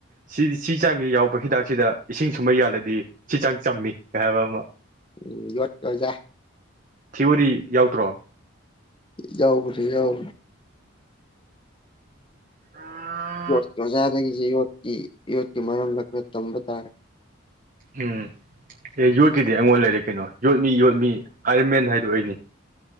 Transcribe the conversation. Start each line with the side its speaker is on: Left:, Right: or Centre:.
Right: ꯁꯤ ꯁꯤ ꯆꯥꯡꯒꯤ ꯌꯥꯎꯕ ꯍꯤꯗꯥꯛꯁꯤꯗ ꯏꯁꯤꯡ ꯁꯨꯝꯕ ꯌꯥꯜꯂꯗꯤ ꯁꯤ ꯆꯥꯡ ꯆꯝꯃꯤ ꯀꯥꯏ ꯍꯥꯏꯕ ꯑꯃ
Left: ꯎꯝ ꯌ‌ꯣꯠ ꯑꯣꯖꯥ
Right: ꯊꯤꯑꯣꯔꯤ ꯌꯥꯎꯗ꯭ꯔꯣ
Left: ꯌꯥꯎꯕ꯭ꯔꯤ ꯌꯥꯎꯕ
Right: <unintelligible>
Left: ꯌꯣꯠꯀꯤ ꯑꯣꯖꯥꯗꯒꯤꯁꯦ ꯌꯣꯠꯀꯤ ꯌꯣꯠꯀꯤ ꯃꯔꯝꯗ ꯈꯔ ꯇꯝꯕ ꯇꯥꯔꯦ
Right: ꯎꯝ ꯑꯦ ꯌꯣꯠꯀꯤꯗꯤ ꯑꯩꯉꯣꯟ ꯂꯩꯔꯦ ꯀꯩꯅꯣ ꯌꯣꯠꯃꯤ ꯌꯣꯠꯃꯤ ꯑꯥꯏꯔꯟꯃꯦꯟ ꯍꯥꯏꯗꯣ ꯑꯩꯅ‌ꯦ